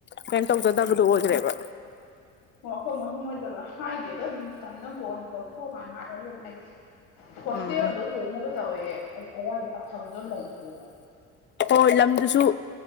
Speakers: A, on the left (about 35°); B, on the left (about 70°).
A: ꯀꯩꯅꯣ ꯇꯧꯖꯗꯕꯗꯨ ꯑꯣꯏꯈ꯭ꯔꯦꯕ
B: ꯑꯣ ꯑꯩꯈꯣꯏ ꯃꯣꯁꯤꯡ ꯃ‌ꯣꯏꯗꯒ ꯍꯥꯏꯗꯦꯗ ꯗꯨꯝ ꯇꯟꯗꯅ ꯀꯣꯟꯅ ꯂꯧꯊꯣꯛꯑ ꯀꯥꯟ ꯍꯥꯏꯔꯒ‌ꯦ ꯍꯥꯏꯗꯤ ꯍꯣꯁꯇꯦꯜꯗꯣ
A: ꯎꯝ
B: ꯍꯣꯡꯅꯕ ꯇꯧꯋꯦ ꯑ ꯑꯗꯨꯋꯥꯏꯗ ꯑꯐꯕꯗꯣ ꯂꯩꯇꯦꯕ
A: ꯍꯣꯏ ꯂꯝꯗꯨꯁꯨ